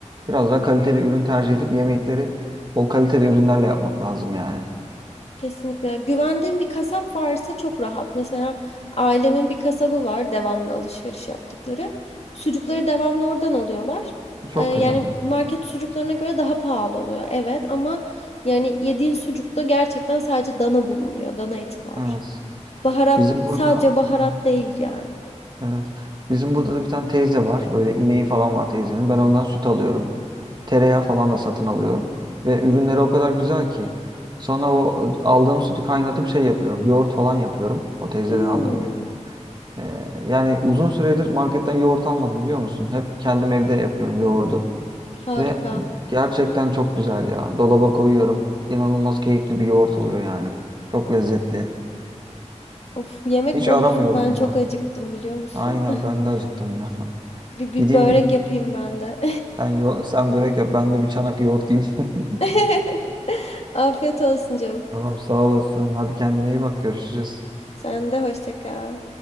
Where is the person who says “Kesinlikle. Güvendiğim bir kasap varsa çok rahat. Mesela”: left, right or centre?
Left